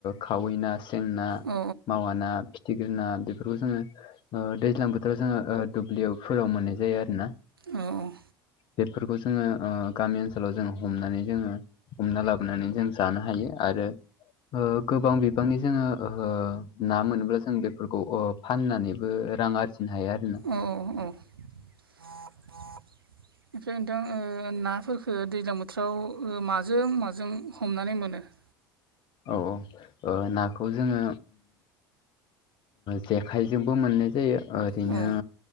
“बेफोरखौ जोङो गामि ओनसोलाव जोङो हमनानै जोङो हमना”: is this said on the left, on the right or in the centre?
Left